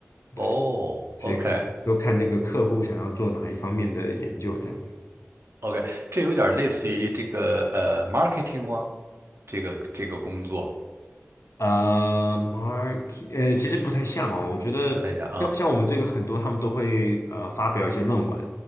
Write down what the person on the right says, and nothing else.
哦，OK
OK，这有点类似于这个呃 marketing 吗？这个这个工作
不太像啊。